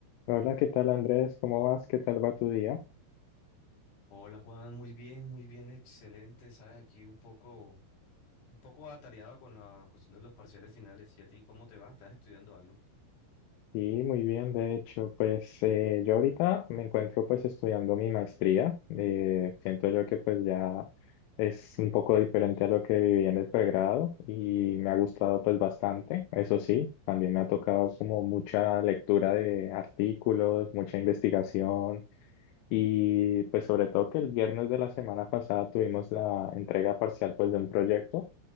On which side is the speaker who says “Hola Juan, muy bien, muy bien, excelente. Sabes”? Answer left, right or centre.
Left